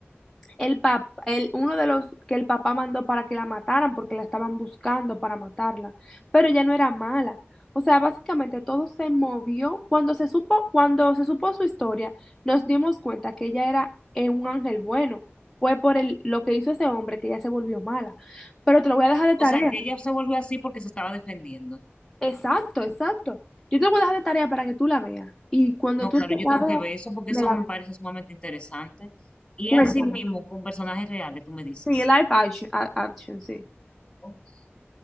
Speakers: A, in the centre; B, on the left.
A: el pap, el, uno de los que el papá mandó para que la mataran, porque la estaban buscando para matarla, pero ella no era mala. O sea, básicamente todo se movió. Cuando se supo, cuando se supo su historia, nos dimos cuenta que ella era eh, un ángel bueno. Fue por el, lo que hizo ese hombre que ella se volvió mala. Pero te lo voy a dejar de
B: O
A: tarea.
B: sea, que ella se volvió así porque se estaba defendiendo.
A: Exacto, exacto. Yo te lo voy a dejar de tarea para que tú la veas. Y cuando
B: No,
A: tú
B: claro,
A: te
B: yo
A: la
B: tengo
A: veas,
B: que ver eso porque
A: me
B: eso
A: la
B: me parece sumamente interesante. Y
A: cuentas.
B: así mismo, con personajes reales, tú me dices.
A: Sí, live action, a- action, sí.
B: Ok.